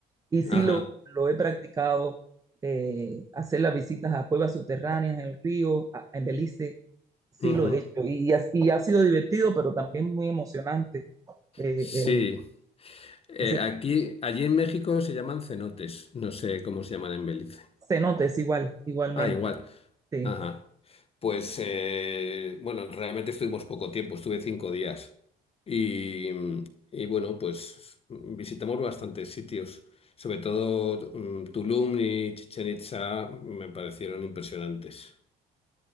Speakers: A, on the right (about 20°); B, on the left (about 35°).
A: y sí
B: Ajá.
A: lo, lo he practicado, eh, hacer las visitas a cuevas subterráneas en el río, a- en Belice, sí
B: Ujú.
A: lo he hecho y, ha, y ha sido divertido, pero también muy emocionante eh,
B: Sí.
A: el,
B: Eh,
A: ese tipo.
B: aquí, allí en México se llaman cenotes. No sé cómo se llaman en Belice.
A: de cenotes igual, igualmente,
B: Ah, igual.
A: sí.
B: Ajá. Pues, eh, bueno, realmente estuvimos poco tiempo, estuve cinco días. Y, y bueno, pues visitamos bastantes sitios, sobre todo mm, Tulum y Chichen Itza me parecieron impresionantes.